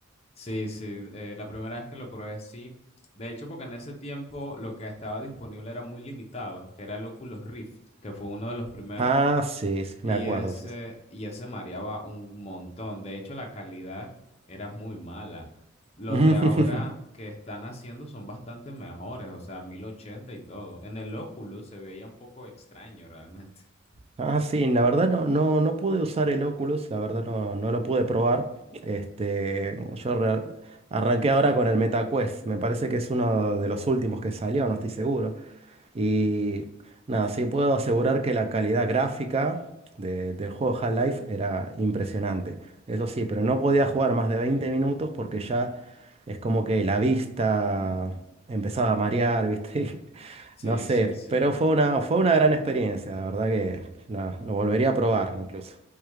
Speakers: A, on the left; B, on the right.
A: Sí, sí, eh, la primera vez que lo probé, sí. De hecho, porque en ese tiempo lo que estaba disponible era muy limitado, que era el Oculus Rift, que fue uno de los primeros,
B: Ah, sí, sí,
A: y
B: me acuerdo,
A: ese,
B: sí. sí.
A: y ese mareaba un montón. De hecho, la calidad era muy mala. Los
B: <laughs>
A: de ahora que están haciendo son bastante mejores, o sea, 1080 y todo. En el Oculus se veía un poco extraño realmente. <laughs>
B: Ah, sí, la verdad no, no, no pude usar el Oculus, la verdad no, no lo pude probar. Este, yo re- arranqué ahora con el MetaQuest, me parece que es uno de los últimos que salió, no estoy seguro. Y nada, sí puedo asegurar que la calidad gráfica de- del juego Half-Life era impresionante. Eso sí, pero no podía jugar más de 20 minutos porque ya es como que la vista empezaba a marear, ¿viste? <laughs>
A: Sí,
B: No sé,
A: sí, sí.
B: pero fue una, fue una gran experiencia, la verdad que la- lo volvería a probar incluso.